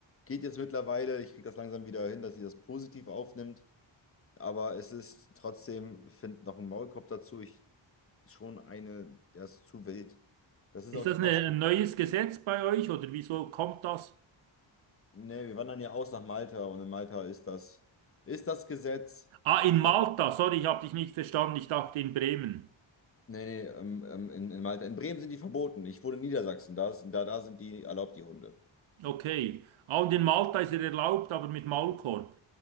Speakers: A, on the left; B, on the right.
A: Geht jetzt mittlerweile. Ich kriege das langsam wieder hin, dass sie das positiv aufnimmt. Aber es ist trotzdem, ich finde noch ein Maulkorb dazu, ich schon eine, der ist zu wild. Das ist
B: ist
A: auch
B: das
A: die Pauschale.
B: eine, ein neues Gesetz bei euch oder wieso kommt das?
A: Nee, wir wandern ja aus nach Malta und in Malta ist das, ist das Gesetz.
B: Ah, in Malta,
A: Ab,
B: sorry, ich habe dich nicht verstanden. Ich dachte in Bremen.
A: nee, nee, ähm, ähm, in, in Malta. In Bremen sind die verboten. Ich wohne in Niedersachsen, da, ist, da, da sind die erlaubt, die Hunde.
B: Okay. Ah, und in Malta ist er erlaubt, aber mit Maulkorb.